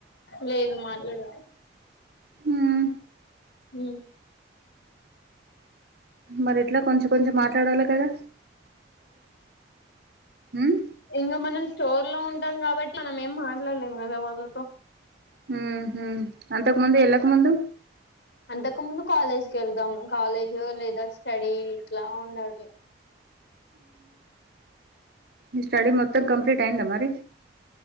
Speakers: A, on the left; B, on the right.
A: లేదు మాట్లాడ
B: ఉమ్
A: హ
B: మరి ఎట్లా కొంచెం కొంచం మాట్లాడాలి కదా ఉమ్
A: ఇంగ మన స్టోర్ లో ఉంటాం కాబట్టి మనం ఏం మాట్లాడలేం కదా వాళ్ళతో
B: హ హ అంతకు ముందు ఎళ్లాకు ముందు
A: అంతకు ముందు కాలేజ్కి వెళ్దాం కాలేజ్ లేదా స్టడీ ఇట్లా ఉండటి
B: ఈ స్టడీ మొత్తం కంప్లీట్ అయిందా మరి